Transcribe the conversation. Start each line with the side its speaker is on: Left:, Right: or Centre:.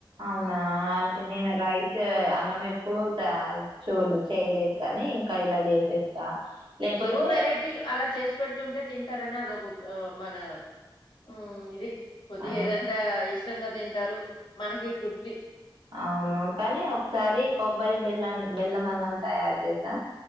Right: అవునా అంటే నేను రైస్ అన్నం ఎప్పుడు తా చూల్ చేయలేదు కానీ ఇంకా ఇలా చేసేస్తా లేపోతే
Left: ఏవో వెరైటీలు అలా చేసి పెడుతుంటే తింటారని అదొక మన మ్ ఇది కొద్ది
Right: ఆ
Left: ఏదంటే ఇష్టంగా తింటారు మనకి తృప్తి
Right: అవును కానీ ఒకసారి కొబ్బరి బెల్లం బెల్లం అన్నం తయారు చేసా